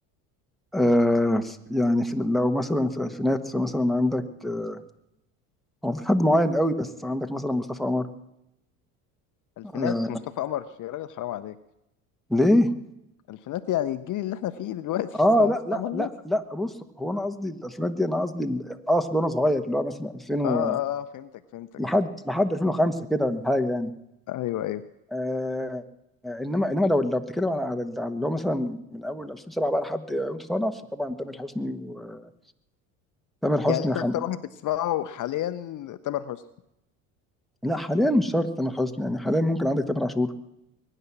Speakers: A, in the centre; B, on the left (about 45°).
A: آه يعني في لو مثلا في الالفينات فمثلا عندك آه، هو في حد معين قوي بس عندك مثلا مصطفى عمر
B: الفينات
A: آه
B: مصطفى قمر يا راجل حرام عليك
A: ليه؟
B: الفينات يعني الجيل اللي احنا فيه دلوقتي
A: اه
B: <laughs> تسمع
A: لا
B: مصطفى
A: لا
B: قمر
A: لا
B: دلوقتي
A: لا بص هو انا قصدي الالفينات دي انا قصدي ال- اقصد وانا صغير اللي هو مثلا 2000 و...
B: اه اه آه، فهمتك فهمتك
A: لحد لحد 2005 كده ولا حاجه يعني
B: ايوه ايوه
A: آه آه، انما انما لو لو بتتكلم على على على اللي هو مثلا من اول 2007 بقى لحد وانت طالع فطبعا تامر حسني وتامر حسني
B: يعني انت
A: وحم...
B: اكتر واحد بتسمعه حاليا تامر حسني
A: لا حاليا مش شرط تامر حسني يعني حاليا ممكن عندك تامر عاشور